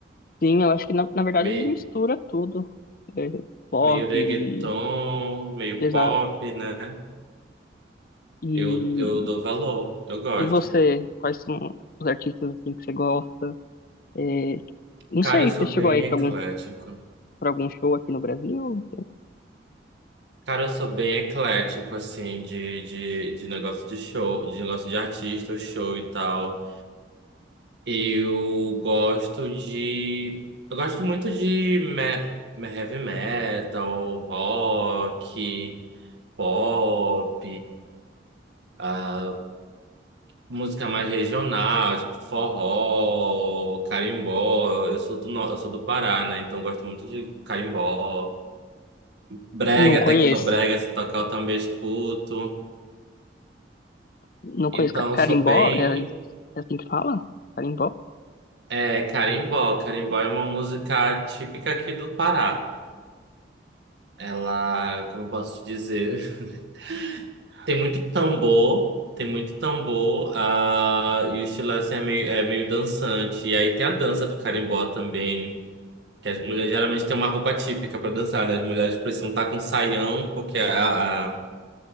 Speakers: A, on the left; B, on the right.
A: Sim, eu acho que na, na verdade
B: Meio,
A: ele mistura tudo. É, pop,
B: meio reggaeton,
A: e-
B: meio
A: exato.
B: pop, né?
A: E,
B: Eu, eu dou valor, eu gosto.
A: e você, quais são os artistas assim, que você gosta? É, não
B: Cara,
A: sei,
B: eu sou
A: você chegou
B: bem
A: aí
B: eclético.
A: pra algum, pra algum show aqui no Brasil?
B: Cara, eu sou bem eclético, assim, de, de, de negócio de show, de negócio de artista, show e tal. Eu gosto de. Eu gosto muito de me- me- heavy metal, rock, pop, ah, música mais regional, tipo forró, carimbó. Eu sou do, no- eu sou do Pará, né? Então eu gosto muito de carimbó. Brega,
A: Não conheço.
B: tecnobrega, se tocar eu também escuto.
A: Não conheço.
B: Então,
A: Ca-
B: eu
A: Carimbó,
B: sou bem
A: é, é assim que fala? Carimbó?
B: é, carimbó. Carimbó é uma música típica aqui do Pará. Ela, como eu posso dizer, <laughs> tem muito tambor, tem muito tambor, ah, e o estilo assim, é meio, é meio dançante. E aí tem a dança do carimbó também, que as mulheres geralmente têm uma roupa típica para dançar, né? As mulheres precisam estar com saião, porque a, a-